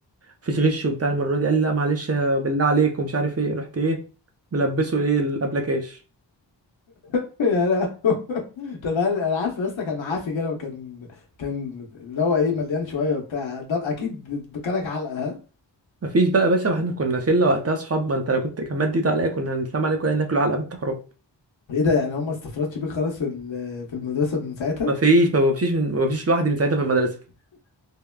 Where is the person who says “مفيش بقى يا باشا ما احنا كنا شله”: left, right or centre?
Right